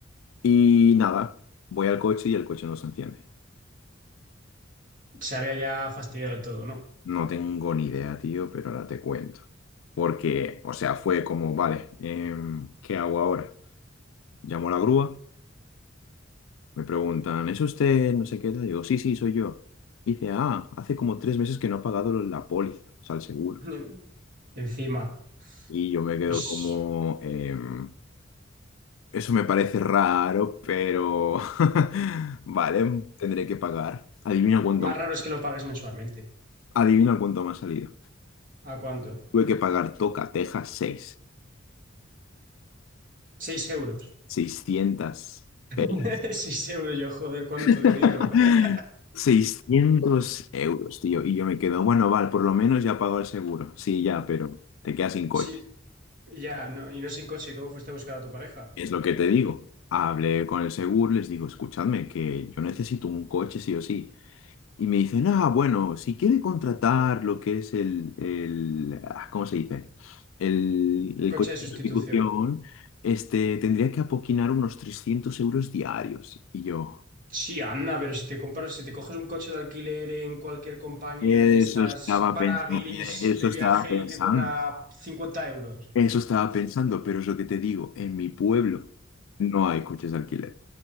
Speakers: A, on the left; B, on the right.
A: Y nada, voy al coche y el coche no se enciende.
B: Se había ya fastidiado del todo, ¿no?
A: No tengo ni idea, tío, pero ahora te cuento. Porque, o sea, fue como, vale, em, ¿qué hago ahora? Llamo a la grúa, me preguntan, ¿es usted no sé qué? tal?". Digo, sí, sí, soy yo. Dice, ah, hace como tres meses que no ha pagado la póliza, o sea, el seguro.
B: <laughs> Encima,
A: Y yo me quedo
B: pues
A: como, "Em, eso me parece raro, pero <laughs> vale, tendré que pagar. Adivina cuánto,
B: más raro es que lo pagues mensualmente.
A: adivina cuánto me ha salido.
B: ¿A cuánto?
A: Tuve que pagar Toca, Texas, 6,
B: seis euros.
A: 600
B: <laughs>
A: pelas.
B: seis euros, yo joder, cuánto
A: <laughs>
B: dinero. <laughs>
A: 600 euros, tío. Y yo me quedo, bueno, vale, por lo menos ya pago el seguro. Sí, ya, pero te quedas sin coche.
B: Sí, Ya, no, y no sin coche, ¿cómo fuiste a buscar a tu pareja?
A: Es lo que te digo. Hablé con el seguro, les digo, escuchadme, que yo necesito un coche sí o sí. Y me dicen, ah, bueno, si quiere contratar lo que es el, el ah, ¿cómo se dice? El, el
B: Coche
A: coche
B: de
A: de
B: sustitución.
A: sustitución, este, tendría que apoquinar unos 300 euros diarios. Y yo,
B: Sí, anda, pero si te compras, si te coges un coche de alquiler en cualquier compañía
A: eso
B: de estas
A: estaba
B: para
A: pensando,
B: guiris
A: eso
B: de
A: estaba
B: viaje
A: pensando.
B: y te cobra 50 euros.
A: Eso estaba
B: Uh,
A: pensando, pero es lo que te digo, en mi pueblo no hay coches de alquiler.